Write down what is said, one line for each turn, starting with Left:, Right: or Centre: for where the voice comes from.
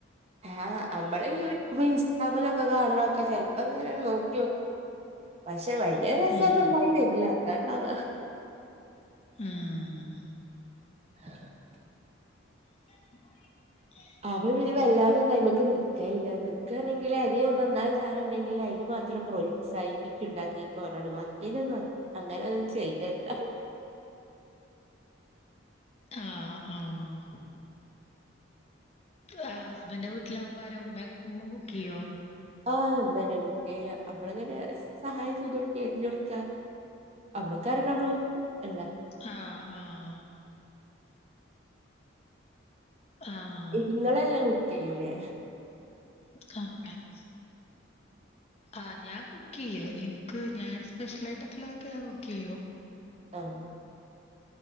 Right: ആഹ് നമ്മള് യൂട്യൂബ് ഇൻസ്റ്റാഗ്രാമിലോക്കെ കാണുന്നൊക്കെ ചെൽപ്പോ ഇങ്ങനൊക്കങ്ങട്ട് നോക്കിയോക്കും. പക്ഷെ വലിയ രസൊന്നും
Left: ഉം
Right: ഇണ്ടായിവരില്ല അതാണ്ടാവ
Left: ഉം ഉം
Right: ആ
Left: <inaudible>
Right: അവൻ പിന്നെ വല്ലാതൊന്നും അയിമക്ക് നിക്കൽല്ല നിക്കാണെങ്കില് ഏതേലും ഒന്ന് നന്നായ സാധനം ഉണ്ടെങ്കിൽ അയിനുമാ രും പ്രോത്സാഹിപ്പിക്കും ഉണ്ടാക്കിക്കോർണാണ്ട് ബാക്കിനൊന്നും അങ്ങനെ ഒന്നും ചെയ്തരില്ല.
Left: ആഹ് ആഹ് ആഹ് ഹസ്ബെന്റിന്റെ വീട്ടിലാവുമ്പോ ആരാ ഉമ്മ ഉമ്മ കുക്ക്ചെയ്യൊ
Right: ആഹ് ഉമ്മെന്നേ കുകീയ്യാ. നമ്മളങ്ങനെ സഹായം ചെയ്ത് കൊടുക്ക അരിഞ്ഞ് കൊടുക്ക നമുക്കറിണ നമ്മൾ വെക്കും അല്ല
Left: ആഹ് ആഹ്. ആഹ്.
Right: ഇങ്ങളെല്ല കുക്ക് ചെയ്യൂലേ?
Left: <unintelligible> ആ ഞാൻ കുക്ക് ചെയ്യു ഇൻക്ക് ഞാൻ സ്പെഷ്യൽ ആായിട്ടൊക്കെള്ളതൊക്കെ ഞാൻ കുക്ക് യ്യും.
Right: ആഹ്.